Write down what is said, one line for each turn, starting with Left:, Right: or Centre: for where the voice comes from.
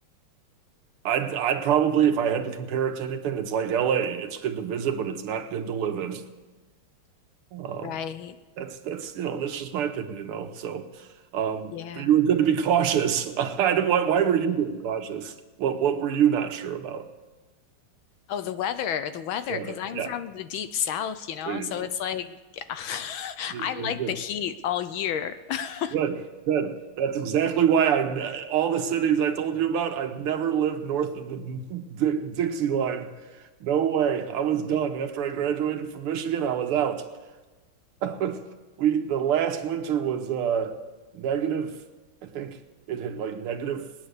Right: I'd I'd probably, if I had to compare it to anything, it's like LA. It's good to visit, but it's not good to live in. Um,
Left: Right.
Right: that's that's you know that's just my opinion though. So, um,
Left: Yeah.
Right: but you were good to be cautious. <laughs> I don't, why why were you being cautious? What what were you not sure about?
Left: Oh, the weather, the weather,
Right: Yeah,
Left: because I'm
Right: yeah,
Left: from the deep south, you know,
Right: there you
Left: so
Right: go.
Left: it's like <laughs>
Right: You're,
Left: I like
Right: you're good,
Left: the heat all year. <laughs>
Right: good, good. That's exactly why I all the cities I told you about. I never lived north of the <laughs> Di Dixie line. No way. I was done after I graduated from Michigan. I was out. <laughs> We, the last winter was uh negative, I think it hit like negative